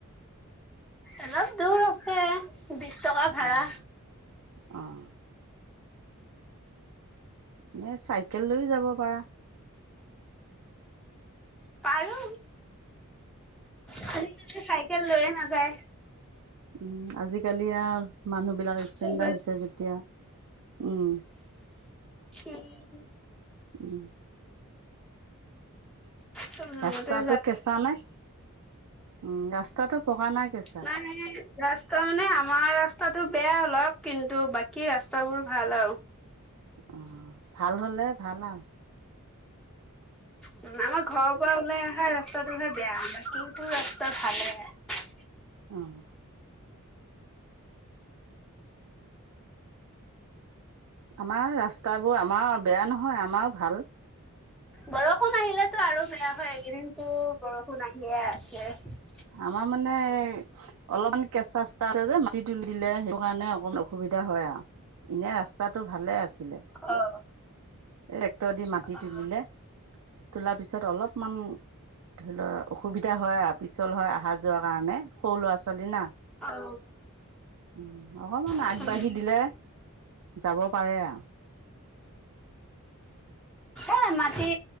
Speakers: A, in the centre; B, on the right.
A: অলপ দূৰ আছে। বিশ টকা ভাড়া।
B: অ' অ' এনে চাইকেল লৈও যাব পাৰা।
A: পাৰো। খালি মানে চাইকেল লৈয়ে নাযায়।
B: উম আজিকালি। আও মানুহ বিলাক ষ্টেণ্ডাৰ্
A: চবে
B: হৈছে যেতিয়া। উ-
A: উম
B: উ।
A: চব ৰুমতে
B: ৰাস্তাতটো কেঁচা নে। উম ৰাস্তাটো পকা নাই কেঁচা
A: নাই ৰাস্তা মানে আমাৰ ৰাস্তাটো বেয়া অলপ। কিন্তু বাকী। কি ৰাস্তাবোৰ ভাল আৰু।
B: অ ভাল হ'লে ভাল আও।
A: উ আমাৰ ঘৰৰ পৰা ওলাই অহা ৰাস্তা। ত তোহে বেয়া বাকী। তোৰ ৰাস্তা ভালে।
B: অহ। আমাৰ ৰাস্তাবোৰ আমাৰ বেয়া নহয় আমাও ভাল।
A: বৰষুণ আহিলেতো আৰু বেয়া হয় এইকেইদিনতো বৰষুণ আহিয়ে আছে।
B: আমাৰ মানে অলপমান কেঁচা চচা আছে যে মাটি তুলি দিলে সেইটো কাৰণে অকমান অসুবিধা হয় আৰু এনে ৰাস্তাটো ভালে আছে।
A: অ
B: টেক্টৰ দি মাতি
A: অ
B: তুলিলে। তোলা পিছত। অলপমান। ধৰিল। অসুবিধা হয় আ। হয় অহা যোৱা কাৰণে সৰু ল'ৰা ছোৱালী না।
A: অ
B: উ অকমান
A: উম,
B: আগবাঢ়ি দিলে। যাব পাৰে আ।
A: এ মাটি